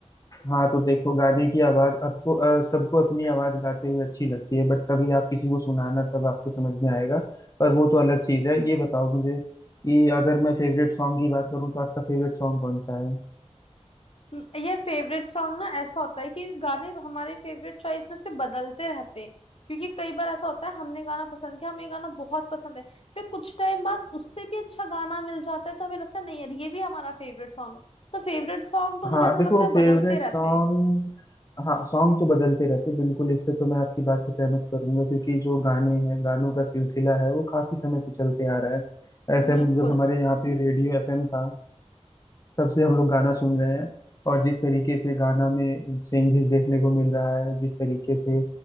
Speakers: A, on the left; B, on the left.
A: हाँ तो देखो गाने की आवाज आपको अ, सबको अपनी आवाज गाते हुए अच्छी लगती है बट कभी आप किसी को सुनाना तब आपको समझ में आएगा पर वो तो अलग चीज है ये बताओ मुझे कि अगर मैं फेवरेट सॉन्ग की बात करूँ तो आपका फेवरेट सॉन्ग कौन सा है
B: म- ये फेवरेट सॉन्ग ना ऐसा होता है कि गाने हमारे फेवरेट चॉइस में से बदलते रहते हैं क्योंकि कई बार ऐसा होता है हमने गाना पसंद किया हमें ये गाना बहुत पसंद है फिर कुछ टाइम बाद उससे भी अच्छा गाना मिल जाता है तो हमें लगता है नहीं यार ये भी हमारा फेवरेट सॉन्ग है तो फेवरेट सॉन्ग तो मुझे
A: हाँ
B: ऐसा
A: देखो
B: लगता है बदलते
A: फेवरेट
B: रहते
A: सॉन्ग
B: हैं
A: हाँ सॉन्ग तो बदलते रहते हैं, बिल्कुल इससे तो मैं आपकी बात से सहमत करूंगा क्योंकि जो गाने हैं गानों का सिलसिला है वो काफी समय से चलते आ रहा है एफएम
B: बिल्कुल
A: जब हमारे यहाँ पे रेडियो एफएम था तब से हम लोग गाना सुन रहे हैं और जिस तरीके से गाना में चेंजेस देखने को मिल रहा है जिस तरीके से